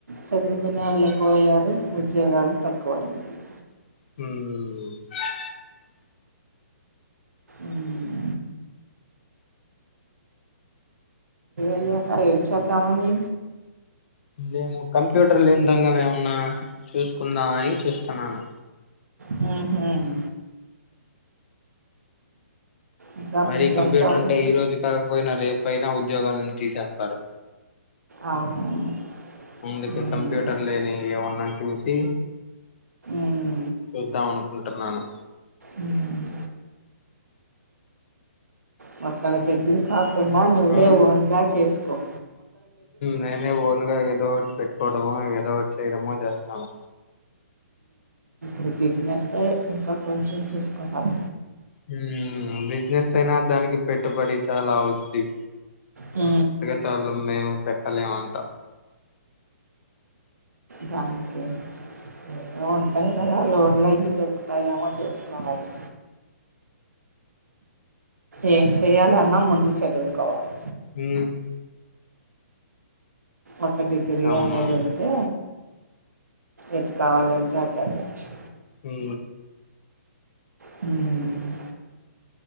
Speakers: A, on the right; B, on the left.
A: చదువుకునేవాళ్ళు ఎక్కువయ్యారు ఉద్యోగాలు తక్కువయ్యాయి
B: హ్మ్
A: ఉమ్ య ఏం చేద్దామని
B: నేను కంప్యూటర్ లేని రంగం ఏమన్నా చూసుకుందామని చూస్తున్నాను
A: మ్మ్ హ్మ్ ఇంకా
B: మరీ
A: మీ ఫ్రెండ్స్
B: కంప్యూటర్
A: ఎవరు
B: అంటే ఈ రోజు కాకపోయినా రేపు పైన ఉద్యోగాలను తీసేస్తారు
A: అవునవును
B: ముందుకు
A: ఉమ్
B: కంప్యూటర్ లేనివి ఏమన్నా చూసి
A: ఉమ్
B: చూద్దాం అనుకుంటున్నాను
A: ఉమ్ మక్కల దగ్గా నువ్వే
B: ఆ
A: ఓన్గా చేసు ఓ
B: నేనే ఓన్ గ ఏదో ఒకటి పెట్టుకోవడమ ఏదో ఒకటి చేయడమో చేస్తాను
A: ఈ బిజినెస్ ఇంకా కొంచెం చూసుకుందాం
B: హు బిజినెస్ అయినా దానికి పెట్టుబడి చాలా అవుంది
A: హు
B: దంట్లో మేము పెట్టలేమ్ అంత
A: దానికేం అమౌంట లేక ఏదన్నా లోన్ అవి దొరుకుతాయేమో చుసుకోవాలి ఏం చెయ్యాలన్నా ముందు చదువుకోవాలి
B: హు
A: ఒక డిగ్రీ
B: అవునవును
A: అనేది ఉంటే ఎటు కావాలంటే అటు వెళ్లొచ్చు
B: హు
A: హు హు